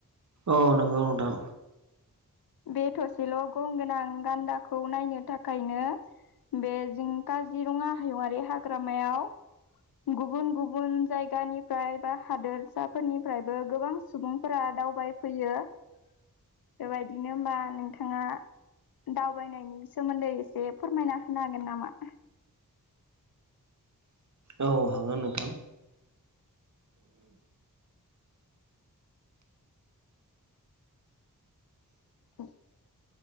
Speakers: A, on the right; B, on the left.
A: औ नोंगौ नोंथां।
B: बे थसेल' गं गोनां गान्दाखौ नायनो थाखायनो बे जों काजिरङा हायुङारि हाग्रामायाव गुबुन गुबुन जायगानिफ्राय बा हादोरसाफोरनिफ्रायबो गोबां सुबुंफोरा दावबाय फैयो। बेबायदिनो होमबा नोंथाङा दावबायनायनि सोमोन्दै एसे फोरमायना होनो हागोन नामा?
A: औ हागोन नोंथां।
B: औ